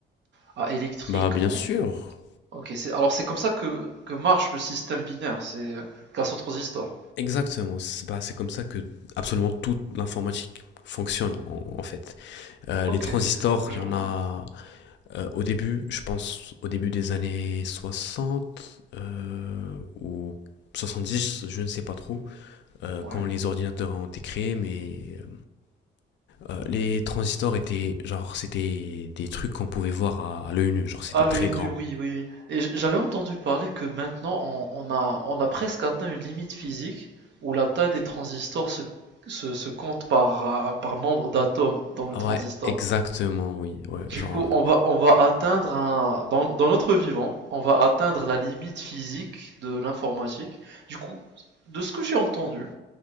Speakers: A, on the right; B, on the left.
A: à, à électrique
B: bah bien
A: en,
B: sûr.
A: Ok, c'est alors c'est comme ça que, que marche le système binaire, c'est grâce au transistor.
B: Exactement. bah, c'est comme ça que absolument toute l'informatique fonctionne en, en fait. Euh,
A: Ok,
B: les transistors,
A: je
B: il y en
A: vois.
B: a euh, au début, je pense au début des années 60 euh, ou dix je ne sais pas trop, euh,
A: Ouais.
B: quand les ordinateurs ont été créés, mais euh, Euh, les transistors étaient, genre, c'était des trucs qu'on pouvait voir à, à l'œil nu, genre, c'était
A: Ah,
B: très
A: l'œil
B: grand.
A: nu, oui, oui. oui. Et j- j'avais entendu parler que maintenant on, on a, on a presque atteint une limite physique où la taille des transistors se, se, se compte par, euh, par nombre d'atomes dans le
B: Ah
A: transistor.
B: Ouais, exactement, oui, ouais,
A: Du
B: genre,
A: coup, on va, on va atteindre un, dans, dans notre vivant, on va atteindre la limite physique de l'informatique. Du coup, de ce que j'ai entendu,